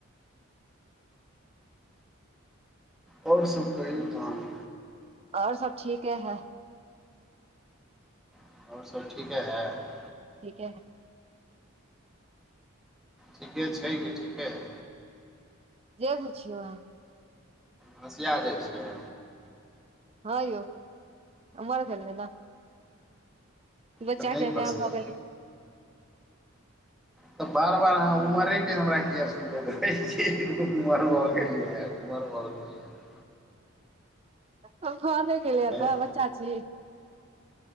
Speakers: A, in the centre; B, on the right.
A: आओर सभ कहियौ तहन।
B: आओर सब ठीके <unintelligible>
A: <unintelligible>
B: <unintelligible>
A: ठीके छै कि ठीके है।
B: जे बुझियौ अहाँ।
A: भसिया जाइ छियै।
B: हँ यौ उमर भेलैने। बच्चाके
A: तऽ नहि भसियाउ
B: मै भऽ गेलियै।
A: तऽ बार- बार अहाँ उमरेके हमरा किए सुनबैत रहै छी, उमर भऽ गेल यऽ। उमर भऽ गेल। यऽ
B: तऽ भऽ नहि गेले ह
A: आँय
B: तऽ बच्चा छी।